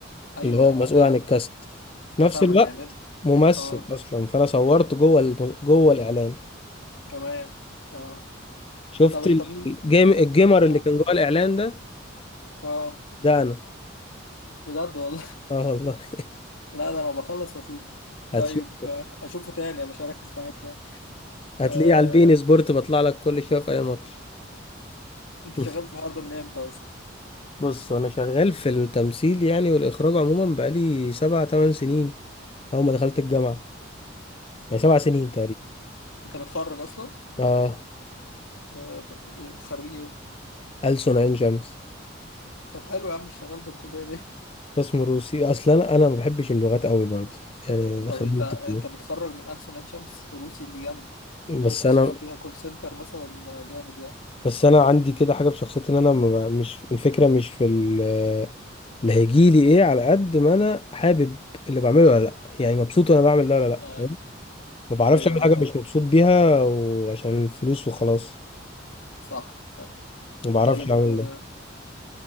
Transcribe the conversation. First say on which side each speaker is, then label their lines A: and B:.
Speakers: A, on the left; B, on the left.
A: ايوه
B: اللي هو مسؤول
A: انا فاهم
B: عن الكاست في
A: انا
B: نفس
A: فاهمك
B: الوقت
A: يعني
B: ممثل
A: اه
B: اصلا فانا صورت جوه الم- جوه الاعلان
A: كمان اه
B: شفت
A: طب انت
B: الجيم
A: مين
B: الجيمر
A: اوه
B: اللي كان جوه الاعلان ده
A: اه
B: ده انا
A: بجد والله
B: اه والله <laughs>
A: لا ده انا بخلص واشوف
B: هتشوف
A: طيب آه، اشوفه تاني مش هركز معاك يعني
B: هتلاقيه
A: آه،
B: على البين سبورت بطلع لك كل شويه في اي ماتش
A: انت
B: <laughs>
A: شغال في الحوار ده من امتى اصلا
B: بص انا شغال في التمثيل يعني والاخراج عموما بقالي سبع تمن سنين اول ما دخلت الجامعه يعني سبع سنين تقريبا
A: انت متخرج اصلا
B: اه
A: آه، خريج ايه
B: ألسن عين شمس
A: طب حلو يا عم مش شغال بالكليه ليه
B: قسم روسي اصلا انا انا ما بحبش اللغات قوي برضه يعني
A: <laughs> طب
B: خلينا
A: انت
B: متفقين
A: انت متخرج من ألسن عين شمس روسي دي جامده انت
B: بس
A: ممكن تشتغل
B: انا
A: بيها كول سنتر مثلا آه، جامد يعني
B: بس انا عندي كده حاجه في شخصيتي ان انا ما بقى- مش الفكره مش في ال- اللي هيجي لي ايه على قد ما انا حابب اللي بعمله ولا لا يعني مبسوط وانا بعمل ده ولا لا
A: آه.
B: ما بعرفش
A: ايوه
B: اعمل
A: ايوه
B: حاجه
A: فاهم
B: مش مبسوط بيها وعشان الفلوس وخلاص
A: صح
B: ما بعرفش
A: طيب
B: اعمل
A: آه،
B: ده